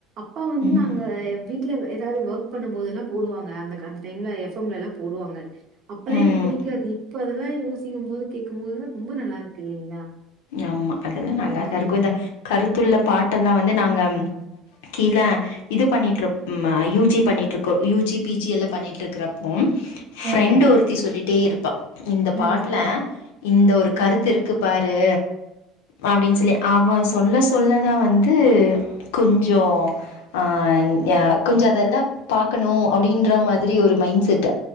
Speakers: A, on the right; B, on the left.
A: அப்பா வந்து
B: ம்.
A: நாங்க வீட்டு ல ஏதாவ்து ஒர்க் பண்ணும் போதெல்லா போடுவாங்க அந்த கந்த டைம்ல எஃப் எம் ல எல்லா போடுவாங்க அப்பல்லா
B: ம்.
A: எனக்கு புடிக்காது இப்ப அதெல்லா யோசிக்கும் போது கேட்கு போது ரொம்ப நல்லா இருக்கு இல்லைங்களா
B: ஆமா அதெல்லா நல்லாதா
A: ம்.
B: இருக்கு இந்த கருத்துள்ள பாட்ட எல்லா வந்து நாங்க கீழ இது பண்ணிட்டு இரு ம்ம யூ ஜி பண்ணிட்டு இருக்கோ யூ ஜி பி ஜி எல்லாம் பண்ணிட்டு இருக்கறப் ம்
A: ம்.
B: ஃப்ரெண்ட் ஒருத்தி சொல்லிட்டே இருப்பா இந்த
A: ம்.
B: பாட்ல இந்த ஒரு
A: ம்.
B: கருத்து இருக்கு பாரு அப்டின் சொல்லி அவ சொல்ல சொல்லதா வந்து கொஞ்சோ ஆ யன் கொஞ்சோ அதெல்லா பாக்கணு அப்டின்ற மாதிரி ஒரு மைண்ட் செட்டு